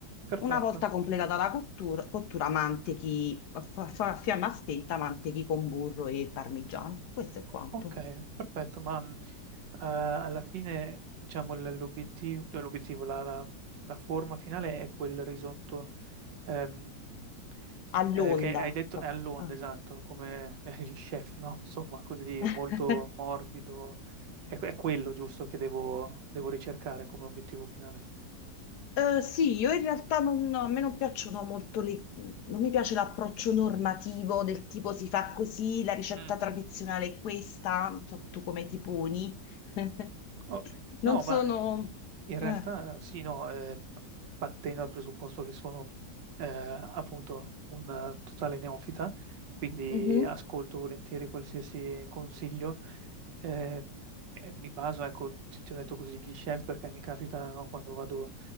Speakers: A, on the right; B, on the left.
A: perfetto.
B: Una volta completata la cottura, cottura mantechi a fa- fa- fiamma spenta, mantechi con burro e parmigiano. Questo è quanto.
A: Ok, perfetto, ma mh, eh, alla fine, diciamo, l- l'obiettivo, cioè l'obiettivo, la, la- la forma finale è quel risotto ehm,
B: All'onda.
A: eh, che hai detto è all'onda,
B: Ah.
A: esatto, come <laughs> gli chef, no? Insomma, così
B: <laughs>
A: molto morbido. È, è quello giusto che devo, devo ricercare come obiettivo finale.
B: Eh, sì, io in realtà non, a me non piacciono molto le, non mi piace l'approccio normativo del tipo si fa così, la ricetta
A: Mm.
B: tradizionale è questa, non so tu come ti poni. <laughs>
A: Oh, no,
B: Non sono...
A: ma In
B: eh,
A: realtà sì, no, eh, partendo dal presupposto che sono eh, appunto un totale neofita, quindi
B: mhm,
A: ascolto volentieri qualsiasi consiglio. eh, eh, mi baso, ecco, ti, ti ho detto così, gli chef perché mi capita no, quando vado